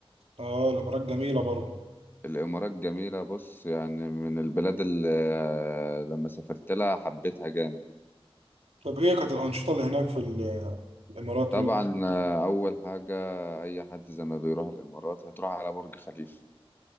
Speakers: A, on the right; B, on the left.
A: اه الامارات جميله برضه
B: الإمارات جميلة بص يعني من البلاد اللي آه، لما سافرت لها حبيتها جامد
A: طب ايه كانت الانشطه اللي هناك في ال- الامارات
B: طبعا
A: قول
B: آه، أول حاجة أي حد زي ما بيروح الإمارات هتروح على برج خليفة